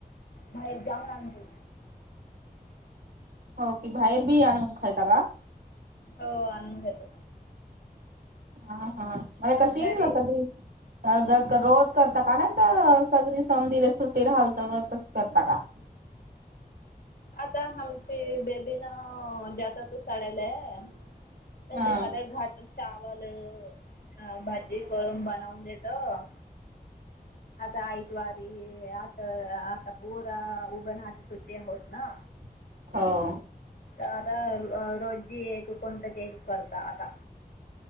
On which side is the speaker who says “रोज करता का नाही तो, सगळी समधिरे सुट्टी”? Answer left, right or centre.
Right